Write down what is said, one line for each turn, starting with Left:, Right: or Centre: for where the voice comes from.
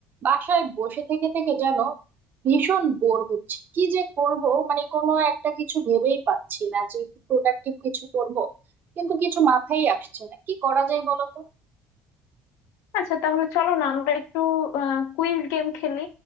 Right: বাসায় বসে থেকে থেকে যেন ভীষণ বোর হচ্ছে কি যে করব মানে কোনো একটা কিছু ভেবেই পাচ্ছি না যে একটু প্রোডাক্টিভ কিছু করব কিন্তু কিছু মাথায় আসছে না কি করা যায় বলো তো
Left: আচ্ছা তাহলে চলো না আমরা একটু কুইজ গেম খেলি